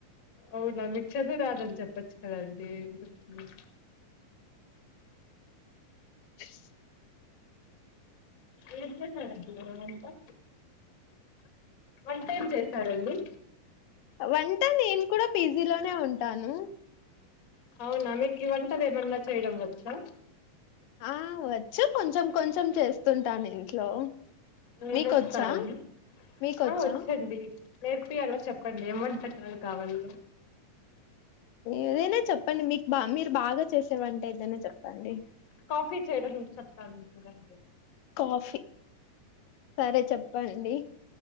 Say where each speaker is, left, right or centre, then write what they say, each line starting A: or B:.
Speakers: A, on the left; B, on the left.
A: అవునా మీకు చదువు రాదని చెప్పచ్చు కదండి ఎందుకు
B: <inaudible>
A: ఏం చేస్తున్నారండీ వాళ్ళంతా వంటేమ్ చేసారండి
B: వంట నేను కూడా పీజీలోనే ఉంటాను
A: అవునా మీకి వంటలు ఏమన్నా చేయడం వచ్చా
B: ఆ వచ్చు కొంచెం కొంచెం చేస్తుంటాను ఇంట్లో
A: ఎం
B: మీకొచ్చా
A: చేస్తారండి
B: మీకొచ్చా
A: ఆ వచ్చండి నేర్పియాల చెప్పండి ఏం వంటకాలు కావాలి
B: ఏదైనా చెప్పండి మీకు బా మీరు బాగా చేసేవంట ఏదైనా చెప్పండి
A: కాఫీ చేయడం వచ్చు అని చెప్తానండి
B: కాఫీ సరే చెప్పండి